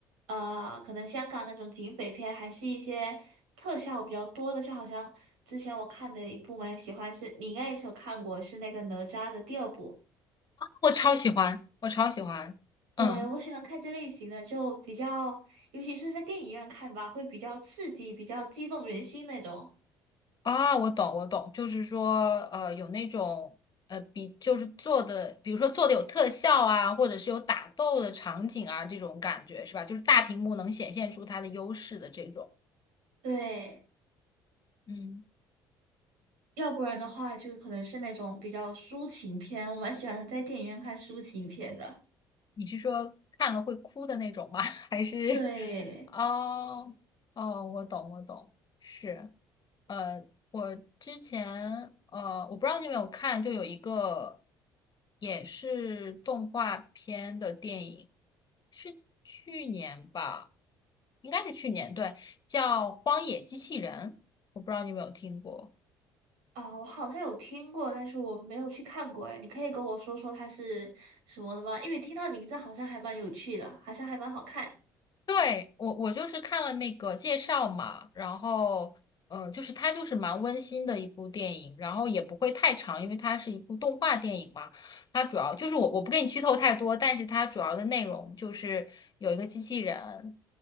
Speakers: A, on the right (about 75°); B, on the left (about 40°).
A: 呃，可能香港那种警匪片，还是一些特效比较多的。就好像之前我看的一部蛮喜欢是，你应该也是有看过，是那个哪吒的第二部。
B: 我超喜欢，我超喜欢。
A: 对，
B: 嗯，
A: 我喜欢看这类型的，就比较，尤其是在电影院看吧，会比较刺激，比较激动人心那种。
B: 啊，我懂，我懂，就是说，呃，有那种，呃，比就是做的，比如说做的有特效啊，或者是有打斗的场景啊，这种感觉是吧？就是大屏幕能显现出它的优势的这种。
A: 对，
B: 嗯，
A: 要不然的话，就可能是那种比较抒情片，我蛮喜欢在电影院看抒情片的。
B: 你是说看了会哭的那种吗？<laughs> 还是？
A: 对，
B: 哦，哦，我懂，我懂，是。呃，我之前呃，我不知道你有没有看，就有一个也是动画片的电影，是去年吧，应该是去年，对，叫《荒野机器人》，我不知道你有没有听过。
A: 啊，我好像有听过，但是我没有去看过。哎，你可以跟我说说它是什么的吗？因为听它名字好像还蛮有趣的，好像还蛮好看。
B: 对，我我就是看了那个介绍嘛，然后嗯、呃就是它就是蛮温馨的一部电影，然后也不会太长，因为它是一部动画电影嘛。它主要就是我我不给你剧透太多，但是它主要的内容就是有一个机器人，